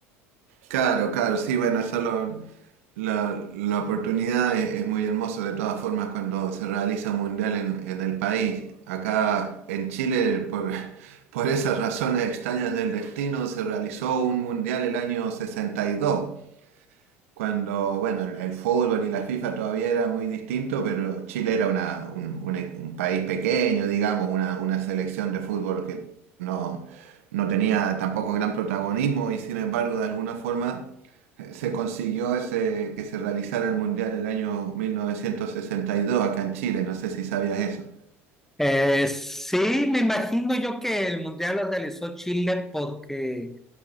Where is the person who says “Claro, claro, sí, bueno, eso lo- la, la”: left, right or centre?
Right